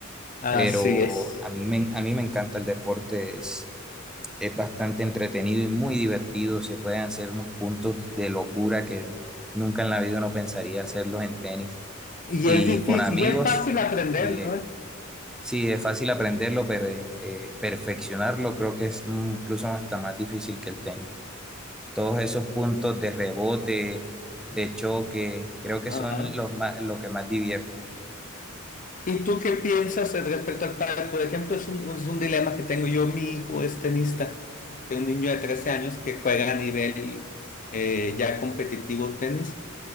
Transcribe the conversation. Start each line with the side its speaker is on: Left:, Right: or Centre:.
Left: Así
Centre: Pero
Left: es.
Centre: a mí me, a mí me encanta el deporte, es bastante entretenido y muy divertido. Se pueden hacer unos puntos de locura que nunca en la vida uno pensaría hacerlos en tenis
Left: Y
Centre: y
Left: es difícil,
Centre: con amigos.
Left: y es fácil aprenderlo,
Centre: Y eh,
Left: ¿eh?
Centre: sí, es fácil aprenderlo, pero eh, eh, perfeccionarlo creo que es mm, incluso hasta más difícil que el tenis. Todos esos puntos de rebote, de choque, creo que
Left: Ajá.
Centre: son los más, lo que más divierte.
Left: ¿Y tú qué piensas al respecto al padre? Por ejemplo, es un, es un dilema que tengo yo. Mi hijo es tenista, es un niño de 13 años que juega a nivel eh, ya competitivo tenis.